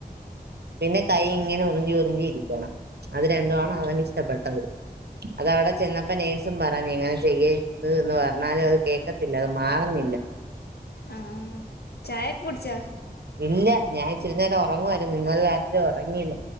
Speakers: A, on the right; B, on the left.
A: പിന്നെ കയ്യിങ്ങനെ ഉറിഞ്ചി ഉറിഞ്ചി ഇരിക്കണം അത് രണ്ടുആണവനിഷ്ടപ്പെട്ടത് അതവിടെ ചെന്നപ്പോ നേഴ്സും പറഞ്ഞു ങ്ങനെ ചെയ്യരുത് ന്ന് പറഞ്ഞാലുഅത് കേക്കത്തില്ല അത് മാറുന്നില്ല
B: ആഹ് ചായൊക്കെ കുടിച്ചാ
A: ഇല്ല ഞാൻ ഇിച്ചിരി നേരം ഒറങ്ങുവായിരുന്നു ഇന്നലെ രാത്രി ഒറങ്ങിയില്ല